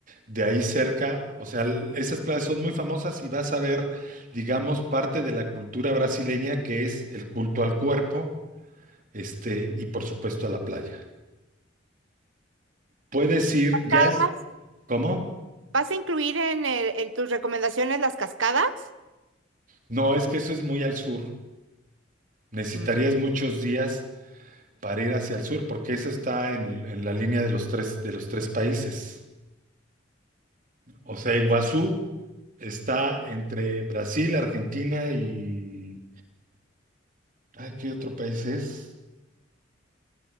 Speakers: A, on the right; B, on the right.
A: de ahí cerca, o sea, l- esas playas son muy famosas y vas a ver, digamos, parte de la cultura brasileña que es el culto al cuerpo, este, y por supuesto a la playa. Puedes ir
B: Cascadas.
A: ya, ¿cómo?
B: ¿Vas a incluir en, el- en tus recomendaciones las cascadas?
A: No, es que eso es muy al sur. Necesitarías
B: Mm,
A: muchos días para ir hacia el sur, porque eso está en, en la línea de los tres, de los tres países. O sea, Iguazú está entre Brasil, Argentina y... Ay, ¿qué otro país es?